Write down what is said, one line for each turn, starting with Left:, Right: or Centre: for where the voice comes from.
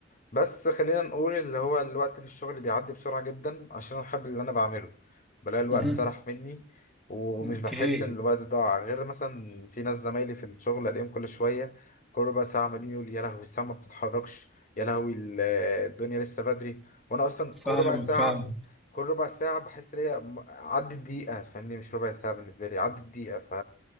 Left: بس خلينا نقول اللي هو الوقت في الشغل بيعدي بسرعة جدا عشان أنا بحب اللي أنا بعمله بلاقي الوقت
Centre: مهم.
Left: سرح مني ومش
Centre: اوكي
Left: بحس إن الوقت ضاع غير مثلا في ناس زمايلي في الشغل ألاقيهم كل شوية كل ربع ساعة عمالين يقول يا لهوي الساعة ما بتتحركش يا لهوي ال- الدنيا لسه بدري وأنا أصلا
Centre: فاهمك
Left: كل ربع ساعة
Centre: فاهمك
Left: كل ربع ساعة بحس إن هي م- عدت دقيقة فاهمني مش ربع ساعة بالنسبة لي عدت دقيقة ف